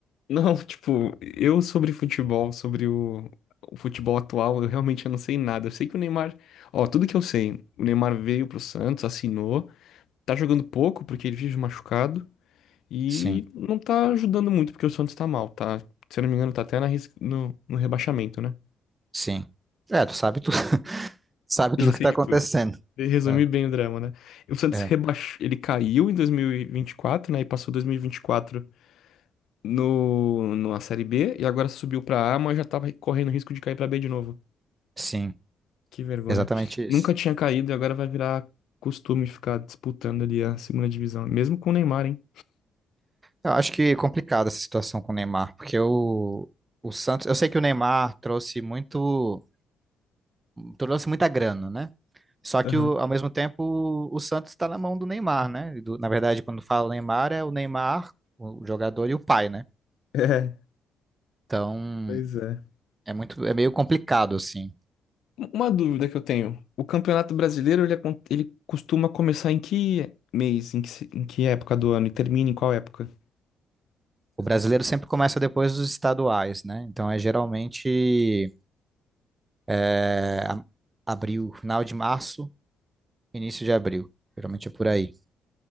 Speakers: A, on the left (about 75°); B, on the right (about 20°).
A: Não, <laughs> tipo, eu sobre futebol, sobre o, o futebol atual, eu realmente não sei nada. Eu sei que o Neymar, ó, tudo que eu sei, o Neymar veio pro Santos, assinou, tá jogando pouco porque ele vive machucado e
B: Sim.
A: não tá ajudando muito porque o Santos tá mal, tá? Se eu não me engano, tá até na, ris- no, no rebaixamento, né?
B: Sim. É, tu sabe tudo, <laughs> sabe
A: Já
B: tudo
A: sei
B: que tá
A: de
B: acontecendo.
A: tudo. Resumir
B: É,
A: bem o drama, né? O Santos
B: é,
A: rebaixou, ele caiu em 2024, né? E passou 2024 no, numa Série B e agora subiu pra A, mas já tava correndo risco de cair pra B de novo.
B: sim,
A: Que vergonha.
B: exatamente isso.
A: Nunca tinha caído e agora vai virar costume de ficar disputando ali a segunda divisão, mesmo com o Neymar, hein?
B: Eu acho que é complicada essa situação com o Neymar, porque o, o Santos, eu sei que o Neymar trouxe muito, trouxe muita grana, né? Só
A: Aham.
B: que o-
A: <laughs>
B: ao mesmo tempo o, o Santos está na mão do Neymar, né? E do- na verdade, quando fala Neymar, é o Neymar, o jogador e o pai, né?
A: É,
B: Então
A: pois é.
B: é muito, é meio complicado assim.
A: Uma dúvida que eu tenho. O Campeonato Brasileiro, ele, acon- ele costuma começar em que mês, em que, se- em que época do ano e termina em qual época?
B: O brasileiro sempre começa depois dos estaduais, né? Então é geralmente É, a- abril, final de março, início de abril. Geralmente é por aí.